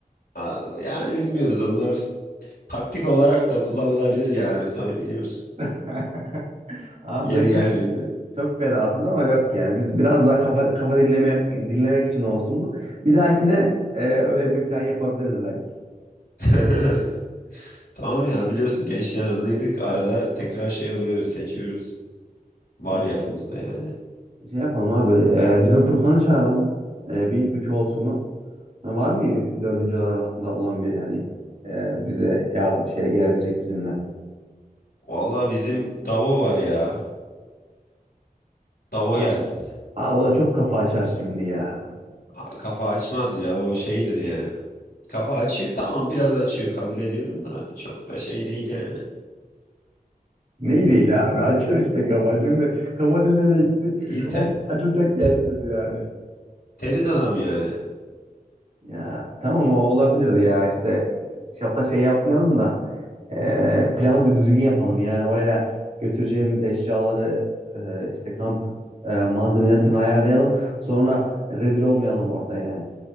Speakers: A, on the left (about 85°); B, on the right (about 50°).
A: Aa, Yani bilmiyoruz onlar. Taktik olarak da kullanılabilir yani tabii biliyoruz.
B: <laughs> Abi
A: Yeri
B: sen çok
A: geldiğinde.
B: Çok fena aslında ama yok yani. Biz biraz daha kafa kafa dinleme dinlemek için olsun bu. Bir dahakine e, öyle bir plan yapabiliriz belki.
A: <laughs> Tamam ya biliyorsun gençken hızlıydık. Arada tekrar şey oluyor sekiyoruz. Var
B: Ay,
A: yapımızda yani.
B: şey yapalım abi. e, bizim Furkan'ı çağıralım. E, bir üç olsunu. Ha, Var mı dördüncü olarak aklında olan biri yani e, bize yardım şeye gelebilecek bizimle?
A: Vallahi bizim Davo var ya. Davo
B: Abi,
A: gelsin.
B: abi o da çok kafa açar şimdi ya.
A: A- Kafa açmaz ya o şeydir yani. Kafa açıyor tamam biraz açıyor kabul ediyorum da çok da şey değil yani.
B: Neyi değil abi açar işte kafa. Şimdi kafa dinlemeye gittik.
A: İyi
B: Kafam
A: te-
B: açılacak geleceğiz
A: te-
B: yani.
A: temiz adam yani.
B: Ya tamam o olabilir ya işte şapta şey yapmayalım da e, planı bir düzgün yapalım yani oraya götüreceğimiz eşyaları e, işte kamp e, malzemelerini falan ayarlayalım sonra rezil olmayalım orada yani.